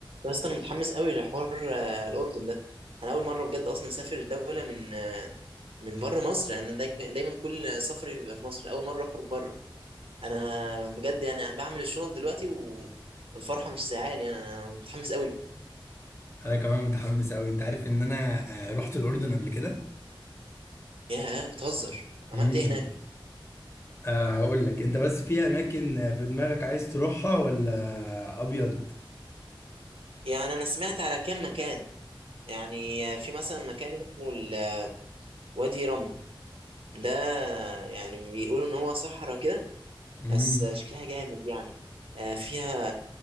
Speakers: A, on the right; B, on the left.
A: يا اسطى انا متحمس قوي لحوار آه، الاردن ده انا اول مره بجد اصلا اسافر دوله من آه، من بره مصر يعني أنا داي- دايما كل سفري بيبقى في مصر اول مره اخرج بره انا بجد يعني بعمل الشنط دلوقتي و... والفرحه مش ساعاني يعني انا متحمس قوي
B: انا كمان متحمس قوي انت عارف ان انا آه، رحت الاردن قبل كده
A: ياه بتهزر عملت
B: امم
A: ايه هناك
B: أه هقول لك انت بس في اماكن في دماغك عايز تروحها ولا ابيض
A: يعني انا سمعت على كام مكان يعني آه، في مثلا مكان اسمه ال- وادي رم ده يعني بيقولوا ان هو صحراء كده
B: امم
A: بس شكلها جامد يعني آه، فيها